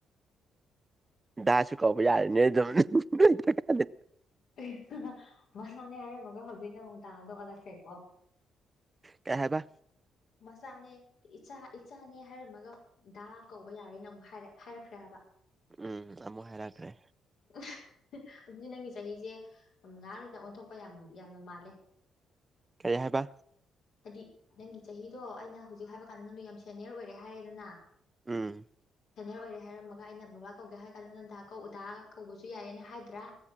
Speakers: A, on the right; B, on the left.
A: ꯗꯥꯁꯨ ꯀꯧꯕ ꯌꯥꯔꯦꯅꯦ ꯑꯗꯨꯝ <unintelligible>
B: ꯑꯦ <unintelligible> ꯃꯁꯥꯅꯦ ꯍꯥꯏꯔꯝꯃꯒ ꯍꯧꯖꯤꯛꯅ ꯑꯃꯨꯛ ꯗꯥꯗ ꯑꯣꯜꯂꯛꯈ꯭ꯔꯦꯀꯣ
A: ꯀꯩ ꯍꯥꯏꯕ?
B: ꯃꯆꯥꯅꯦ ꯏꯆꯥ ꯏꯆꯥꯅꯦ ꯍꯥꯏꯔꯝꯃꯒ ꯗꯥ ꯀꯧꯕ ꯌꯥꯔꯦꯅ ꯑꯃꯨꯛ ꯍꯥꯏꯔꯦꯛ ꯍꯥꯏꯔꯛꯈ꯭ꯔꯦꯕꯥ ꯍꯥꯏꯕ꯫
A: ꯎꯝ ꯑꯃꯨꯛ ꯍꯥꯏꯔꯛꯈ꯭ꯔꯦ꯫
B: <unintelligible> ꯑꯗꯨꯗꯤ ꯅꯪꯒꯤ ꯆꯍꯤꯁꯦ ꯎꯝ ꯉꯥꯏꯍꯥꯛ ꯂꯩꯇ ꯑꯣꯟꯊꯣꯛꯄ ꯌꯥꯝ ꯌꯥꯝꯅ ꯃꯥꯜꯂꯦ <inaudible>
A: ꯀꯔꯤ ꯍꯥꯏꯕ?
B: ꯑꯗꯤ ꯅꯪꯒꯤ ꯆꯍꯤꯗꯣ ꯑꯩꯅ ꯍꯧꯖꯤꯛ ꯍꯥꯏꯕ ꯀꯥꯟꯗ ꯅꯪꯗꯣ ꯌꯥꯝ ꯁꯦꯅꯦꯌꯔ ꯑꯣꯏꯔꯦ ꯍꯥꯏꯔꯦꯗꯅ
A: ꯎꯝ
B: ꯁꯦꯅꯦꯌꯔ ꯑꯣꯏꯔꯦ ꯍꯥꯏꯔꯝꯃꯒ ꯑꯩꯅ ꯕꯥꯕꯥ ꯀꯧꯒꯦ ꯍꯥꯏꯀꯥꯟꯗ ꯅꯪꯅ ꯗꯥ ꯀꯧ ꯎꯗꯥꯥ ꯀꯧꯕꯁꯨ ꯌꯥꯌꯦꯅꯥ ꯍꯥꯏꯗ꯭ꯔꯥ?